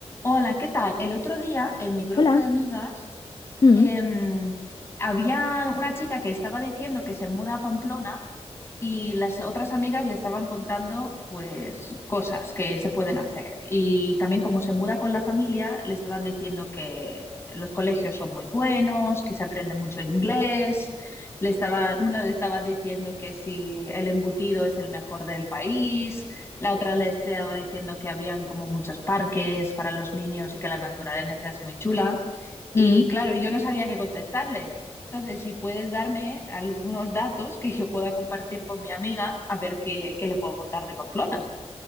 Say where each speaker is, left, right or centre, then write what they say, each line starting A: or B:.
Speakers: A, on the left; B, on the left.
A: Hola, ¿qué tal? El otro día en mi grupo
B: Hola.
A: de amigas
B: Mm,
A: em, había una chica que estaba diciendo que se muda a Pamplona y las otras amigas le estaban contando, pues, cosas que se pueden hacer. Y también como se muda con la familia, le estaban diciendo que los colegios son muy buenos, que se aprende mucho inglés. Le estaba, una le estaba diciendo que si el embutido es el mejor del país. La otra le estaba diciendo que habían como muchos parques para los niños y que la naturaleza es muy chula. Y
B: mm.
A: claro, yo no sabía qué contestarle. Entonces, si puedes darme algunos datos que yo pueda compartir con mi amiga, a ver qué, qué le puedo contar de Pamplona.